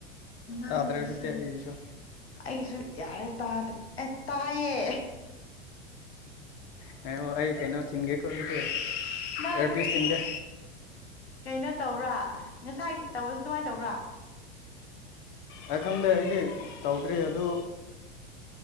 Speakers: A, on the left (about 75°); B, on the left (about 30°).
A: ꯅꯪꯒꯤꯁꯦ
B: ꯇꯥꯗ꯭ꯔꯦ ꯍꯧꯖꯤꯛꯇꯤ ꯑꯩꯒꯤꯁꯨ
A: ꯑꯩꯁꯨ ꯌꯥꯔꯦ ꯇꯥꯗ꯭ꯔꯦ ꯑꯦ ꯇꯥꯏꯌꯦ
B: ꯉꯥꯢꯈꯣ ꯑꯩ ꯀꯩꯅꯣ ꯊꯤꯟꯒꯦꯀꯣ ꯑꯗꯨꯗꯤ ꯑꯦꯌꯥꯔꯄꯤꯁ
A: ꯅꯪ
B: ꯊꯤꯟꯒꯦ
A: ꯀꯩꯅꯣ ꯇꯧꯕ꯭ꯔꯥ ꯉꯁꯥꯏ ꯇꯧꯕꯁꯨ ꯑꯗꯨꯃꯥꯏꯅ ꯇꯧꯕ꯭ꯔꯥ
B: ꯑꯩ ꯈꯪꯗ꯭ꯔꯦ ꯑꯩꯗꯤ ꯇꯧꯗ꯭ꯔꯦ ꯑꯗꯨ